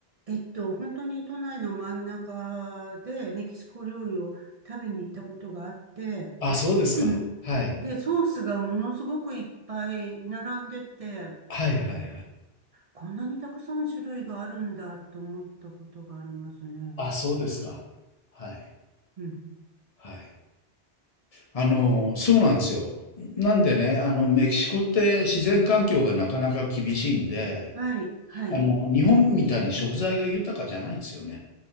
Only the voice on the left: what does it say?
あ、そうですか。
はい。
はいはいはい。
あ、そうですか。はい。
はい。あの、そうなんですよ。なんでね、あの、メキシコって自然環境がなかなか厳しいんで、
あの、日本みたいに食材が豊かじゃないんですよね。